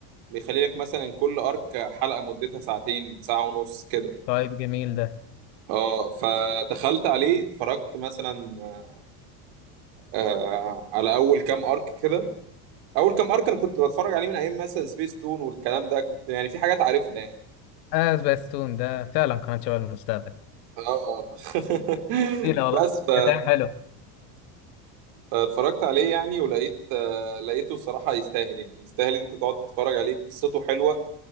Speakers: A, on the right (about 65°); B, on the left (about 85°).
A: بيخلي لك مثلا كل ارك حلقه مدتها ساعتين ساعه ونص كده
B: طيب جميل ده
A: اه فدخلت عليه اتفرجت مثلا آه على اول كام ارك كده اول كام ارك انا كنت بتفرج عليه من ايام مثلا سبيس تون والكلام ده كنت يعني في حاجات عارفها يعني
B: اه سبيستون ده فعلا قناة شباب المستقبل
A: اه <laughs>
B: ايه لا والله
A: بس ف...
B: كتاب حلو
A: فاتفرجت عليه يعني ولقيت آه، لقيته الصراحة يستاهل يعني يستاهل ان انت تقعد تتفرج عليه قصته حلوة